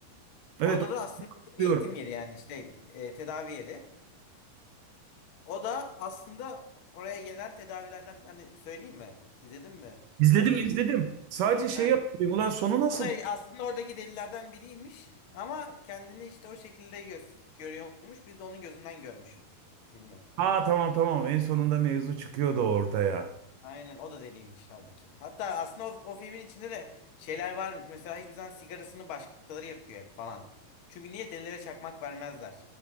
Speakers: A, on the right (about 80°); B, on the left (about 65°).
A: evet
B: O adada aslında
A: hatırlıyorum.
B: eğitim yeri yani işte e, tedavi yeri. O da aslında oraya gelen tedavilerden yani söyleyeyim mi? İzledin mi?
A: İzledim
B: Şimdi
A: izledim. Sadece şeyi
B: Heh.
A: hatırlıyorum. Ulan sonu nasıl?
B: O da aslında oradaki delilerden biriymiş ama kendini işte o şekilde göz görüyormuş. Biz de onun gözünden görmüşüz filmi.
A: Aa tamam tamam. En sonunda mevzu çıkıyordu ortaya.
B: Aynen o da deliymiş halbuki. Hatta aslında o, o filmin içinde de şeyler varmış. Mesela hiçbir zaman sigarasını başkaları yakıyor hep falan. Çünkü niye delilere çakmak vermezler?